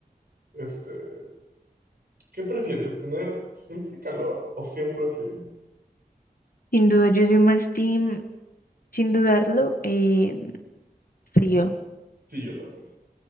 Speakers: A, on the right (about 75°); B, on the left (about 65°).
A: Este. ¿Qué prefieres, tener siempre calor o siempre frío?
B: Sin duda, yo soy más team, sin dudarlo, eh, frío.
A: Sí, yo también.